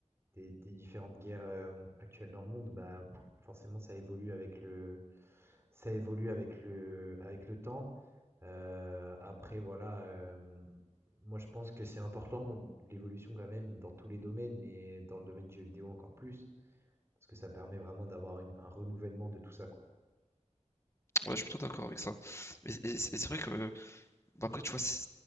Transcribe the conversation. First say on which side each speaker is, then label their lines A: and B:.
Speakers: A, on the right (about 20°); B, on the left (about 20°).
A: des des différentes guerres, hem, actuelles dans le monde. Bah, forcément ça évolue avec le ça évolue avec le avec le temps. Heu, après voilà, hem, moi je pense que c'est important l'évolution quand même dans tous les domaines, mais dans le domaine du jeu vidéo encore plus. Parce que ça permet vraiment d'avoir une- un renouvellement de tout ça, quoi.
B: Ouais, je suis plutôt d'accord avec ça. Et, et- et c'est vrai que bah après tu vois c'est